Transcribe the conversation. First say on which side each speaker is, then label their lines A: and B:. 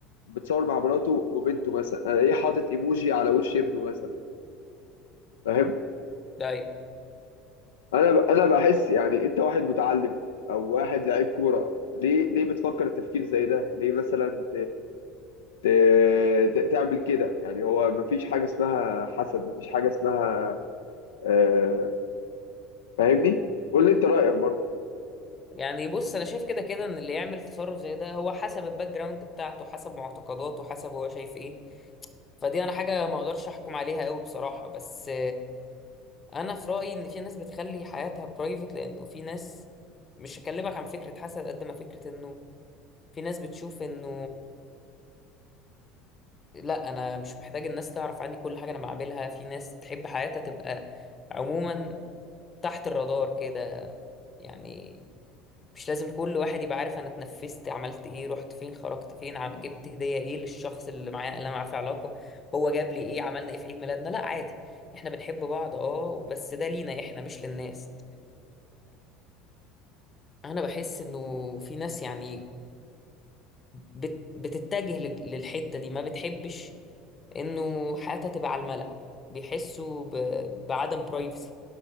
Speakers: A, on the left; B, on the left.
A: بتصور مع مراته وبنته مثلا آه، ايه حاطط ايموجي على وش ابنه مثلا فاهم
B: ده أيوة.
A: انا ب... انا بحس يعني انت واحد متعلم او واحد لعيب كورة ليه ليه بتفكر التفكير زي ده ليه مثلا ت- ت- تعمل كده يعني هو مفيش حاجة اسمها حسد مفيش حاجة اسمها آه، فاهمني؟ قول لي انت رأيك برضه
B: يعني بص أنا شايف كده كده إن اللي يعمل تصرف زي ده هو حسب الباك جراوند بتاعته حسب معتقداته حسب هو شايف إيه فدي أنا حاجة ما أقدرش أحكم عليها أوي بصراحة بس انا في رايي ان في ناس بتخلي حياتها برايفت لانه في ناس مش هكلمك عن فكره حسد قد ما فكره انه في ناس بتشوف انه لا انا مش محتاج الناس تعرف عني كل حاجه انا بعملها في ناس تحب حياتها تبقى عموما تحت الرادار كده يعني مش لازم كل واحد يبقى عارف انا اتنفست عملت ايه رحت فين خرجت فين ع- جبت هديه ايه للشخص اللي معايا اللي انا معاه في علاقه هو جاب لي ايه عملنا ايه في عيد ميلادنا لا عادي احنا بنحب بعض اه بس ده لينا احنا مش للناس انا بحس انه في ناس يعني بت بتتجه لل- للحتة دي ما بتحبش انه حياتها تبقى على الملأ بيحسوا ب... بعدم برايفسي